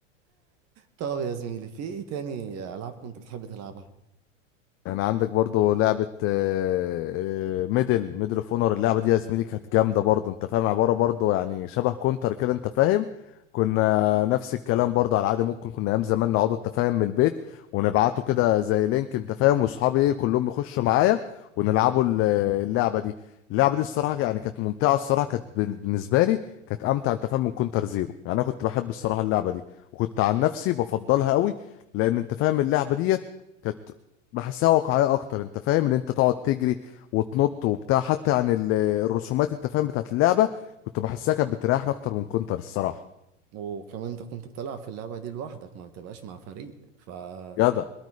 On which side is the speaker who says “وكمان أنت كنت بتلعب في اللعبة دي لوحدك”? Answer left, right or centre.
Right